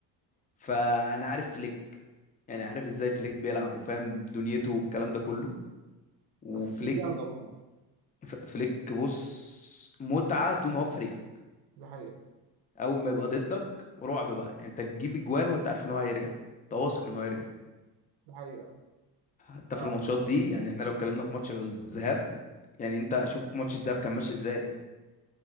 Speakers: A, on the left (about 20°); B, on the right (about 75°).
A: فانا عارف فليك يعني عارف ازاي فليك بيلعب وفاهم دنيته والكلام ده كله وفليك
B: بس فليك جامد عموما
A: ف- فليك بص متعه طول ما هو في فريقك
B: دي حقيقة
A: اول ما يبقى ضدك رعب بقى يعني انت تجيب اجوان وانت عارف ان هو هيرجع تواثق ان هو هيرجع
B: دي حقيقة
A: حتى في
B: آه،
A: الماتشات دي يعني احنا لو اتكلمنا في ماتش الذهاب يعني انت شوف ماتش الذهاب كان ماشي ازاي